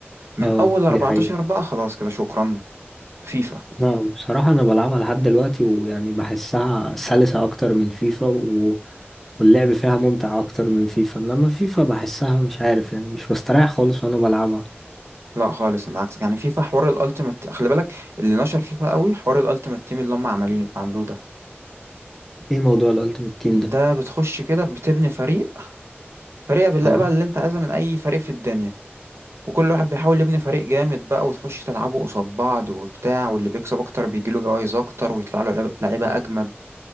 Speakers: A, on the right; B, in the centre.
A: من
B: اه
A: اول 14
B: دي حقيقة
A: بقى خلاص كده شكرا فيفا
B: لا بصراحة انا بلعبها لحد دلوقتي ويعني بحسها سلسة اكتر من فيفا و... واللعب فيها ممتع اكتر من فيفا انما فيفا بحسها مش عارف يعني مش بستريح خالص وانا بلعبها
A: لا خالص انا عكسك يعني فيفا حوار الالتيمت خلي بالك اللي نشر فيفا قوي حوار الالتيمت تيم اللي هم عمالين عملوه ده
B: ايه موضوع الالتيميت تيم
A: ده
B: ده؟
A: بتخش كده بتبني فريق فريق باللعيبه
B: اه
A: اللي انت عايزها من اي فريق في الدنيا وكل واحد بيحاول يبني فريق جامد بقى وتخش تلعبوا قصاد بعض وبتاع واللي بيكسب اكتر بيجيله جوائز اكتر ويطلع له عب- لعيبه اجمد